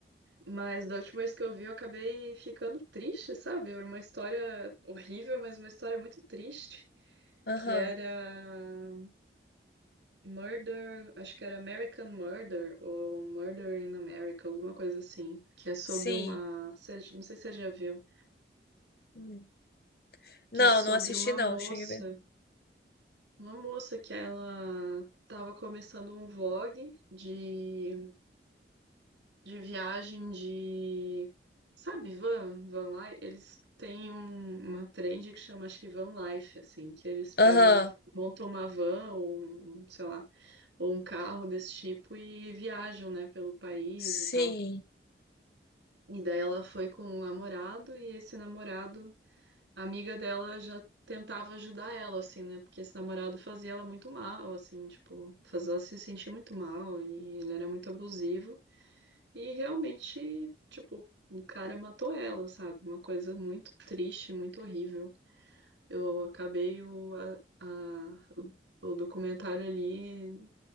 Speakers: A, on the right; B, on the left.
A: mas da última vez que eu vi eu acabei ficando triste, sabe? Era uma história horrível, mas uma história muito triste,
B: Aham,
A: que era Murder, acho que era American Murder ou Murder in America, alguma coisa assim, que é sobre
B: sim.
A: uma, você- não sei se você já viu.
B: Hum.
A: que
B: Não,
A: é sobre
B: não assisti
A: uma
B: não,
A: moça,
B: cheguei a ver.
A: uma moça que ela estava começando um vlog de, de viagem de, sabe, van, van life, eles têm um- uma trend que chama, acho que van life, assim, que eles pegam,
B: Aham,
A: montam uma van ou, um, um, sei lá, ou um carro desse tipo e viajam, né, pelo país
B: sim.
A: e tal. E daí ela foi com um namorado e esse namorado a amiga dela já tentava ajudar ela, assim, né? Porque esse namorado fazia ela muito mal, assim, tipo, fazia ela se sentir muito mal e ele era muito abusivo. E realmente, tipo, o cara matou ela, sabe? Uma coisa muito triste, muito horrível. Eu acabei o, a, a- o, o documentário ali